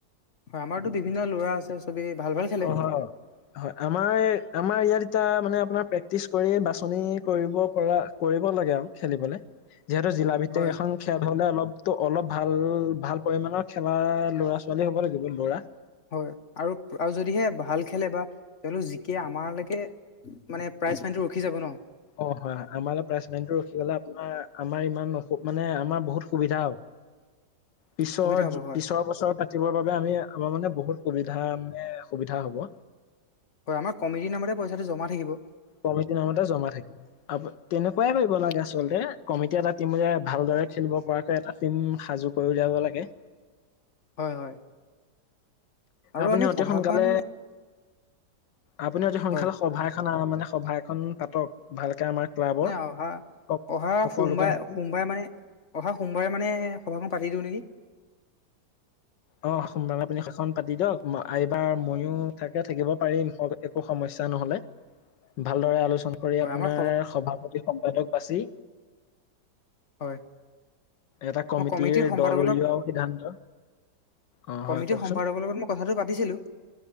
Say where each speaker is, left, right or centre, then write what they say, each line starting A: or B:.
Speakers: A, on the left; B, on the left.
A: হয়। আমাৰটো বিভিন্ন লৰা আছে, চবে ভাল ভাল খেলে
B: <unintelligible> হয়। আমাৰ, আমাৰ ইয়াত এতিয়া মানে আপোনাৰ প্ৰেক্টিচ কৰি বাছনি কৰিব পৰা কৰিব লাগে আৰু খেলিবলৈ, যিহেতু জিলা ভিত্তিক
A: হয়
B: এখন খেল হলে অলপটো অলপ ভাল, ভাল পৰিমণৰ খেলা ল'ৰা-ছোৱালী হ'ব লাগিব ল'ৰা।
A: হয়। আৰু আৰু যদিহে ভাল খেলে বা তেওঁলোক জিকে আমালৈকে মানে প্ৰাইজ ফাইণ্টো ৰখি যাব ন।
B: অ, হয়, হয়। আমাৰলৈ প্ৰাইচমেনটো ৰখি গলে আপোনাৰ আমাৰ ইমান অসু, মানে আমাৰ বহুত সুবিধা হ'ব।
A: <inaudible>
B: পিছৰ-পিছৰ
A: হ'ব হয়
B: বছৰ পাতিবৰ বাবে আমি আমাৰ মানে বহুত সুবিধা মানে সুবিধা হ'ব।
A: হয়, আমাৰ কমিটিৰ নামতে পইচাটো জমা থাকিব।
B: কমিটি নামতে জমা থাকিব। তেনেকুৱাই কৰিব লাগে আচলতে, কমিটি এটা টিমো যে ভালদৰে খেলিব পৰাকৈ এটা টিম সাজু কৰি উলিয়াব লাগে।
A: হয় হয় আৰু
B: আপুনি
A: আমি
B: অতি
A: সভাখন
B: সোনকালে আপুনি অতি সোনকালে
A: হয়
B: সভা এখন মানে সভা এখন পাতক। ভালকে আমাৰ ক্লাবৰ
A: নাই অহা,
B: সক-
A: অহা
B: সকলোকে
A: সোমবাৰে
B: মাতি
A: সোমবাৰে মানে অহা সোমবাৰে মানে সভাখন পাতি দিও নেকি।
B: অ', সোমবাৰে আপুনি সেইখন পাতি দিয়ক এইবাৰ ময়ো থাকে থাকিব পাৰিম। একো সমস্যা নহ'লে, ভালদৰে আলোচনা কৰি
A: হয়
B: আপোনাৰ
A: আমাৰ
B: সভাপতি সম্পাদক বাচি
A: হয়
B: এটা কমিটিৰ
A: মই সম্পাদকৰ
B: দল উলিওৱা সিদ্ধান্ত অ
A: কমিটি
B: হয় কওকচোন
A: সম্পাদকৰ লগত মই কথাটো পাতিছিলো।